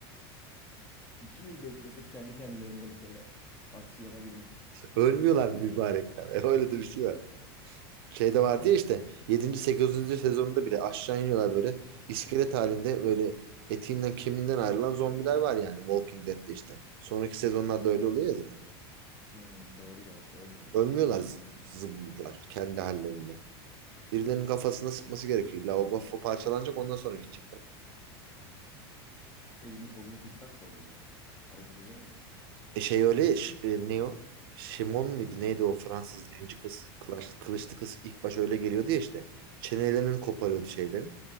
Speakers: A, on the left; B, on the right.
A: İki yıl beklesek kendi kendilerini ölseler. Aksiyona girmek.
B: Ölmüyorlar mübarekler. <laughs> Öyle de bir şey var. Şeyde vardı ya işte yedinci sekizinci sezonunda bile aşağı iniyorlar böyle iskelet halinde öyle etinden kemiğinden ayrılan zombiler var yani Walking Dead'de işte. Sonraki sezonlarda öyle oluyor ya zaten.
A: Hmm, doğru gerçi ölmüyorlar.
B: Ölmüyorlar z- zımbırlar kendi hallerinde. Birilerinin kafasına sıkması gerekiyor. İlla o kafa parçalanacak ondan sonra gidecekler.
A: Elini kolunu kırsak da olur ya. Hareket edemez ki.
B: E şey öyle ya, Ş- e, ne o? Şimon muydu neydi o Fransız zenci kız kılıç, kılıçlı kız ilk baş öyle geliyordu ya işte. Çenelerini koparıyordu şeylerin.